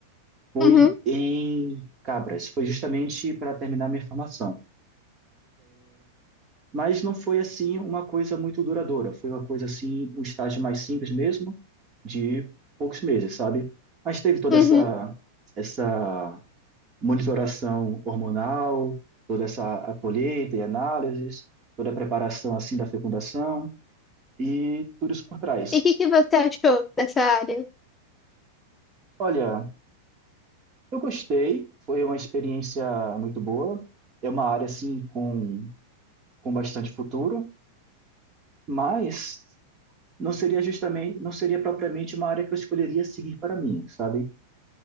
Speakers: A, on the right; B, on the left.
A: foi
B: Uhum,
A: em cabras, foi justamente para terminar minha formação. mas não foi assim uma coisa muito duradoura, foi uma coisa assim, um estágio mais simples mesmo, de poucos meses, sabe? Mas teve toda
B: uhum.
A: essa essa monitoração hormonal, toda essa a colheita e análises, toda a preparação assim da fecundação e tudo isso por trás.
B: E o que que você achou dessa área?
A: Olha, eu gostei, foi uma experiência muito boa, é uma área assim com com bastante futuro, mas não seria justamente, não seria propriamente uma área que eu escolheria seguir para mim, sabe?